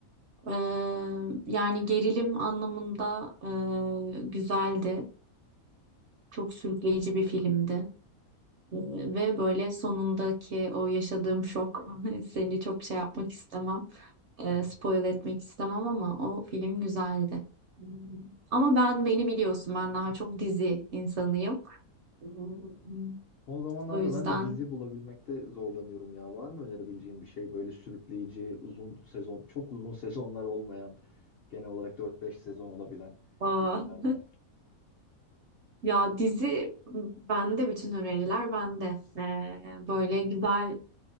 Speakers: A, on the right; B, on the left.
A: Eee, yani gerilim anlamında eee, güzeldi. Çok sürükleyici bir filmdi. Eee, ve böyle sonundaki o yaşadığım şok <laughs> seni çok şey yapmak istemem. Eee,
B: Hı hı.
A: spoil etmek istemem ama o film güzeldi. Hmm. Ama ben beni biliyorsun ben daha çok dizi insanıyım. Hmm.
B: Son zamanlarda
A: O yüzden
B: ben de dizi bulabilmekte zorlanıyorum ya. Var mı önerebileceğim bir şey böyle sürükleyici, uzun sezon, çok uzun <laughs> sezonlar olmayan, genel olarak dört beş sezon olabilen
A: aa,
B: dizilerden?
A: <laughs> ya dizi bende bütün öneriler bende. Eee, böyle güzel